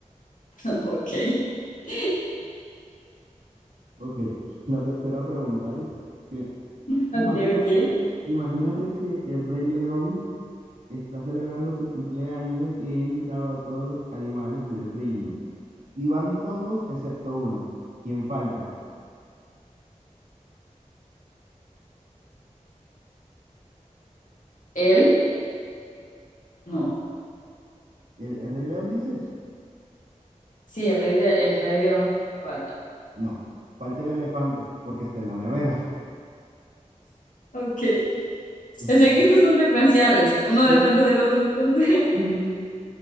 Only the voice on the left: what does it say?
<laughs> Ok. <laughs>
Ok, ok.
Él, no.
Sí, el rey de, el rey león de Esparta.
Ok.
O sea que estos son secuenciales. Uno depende
del otro, entonces.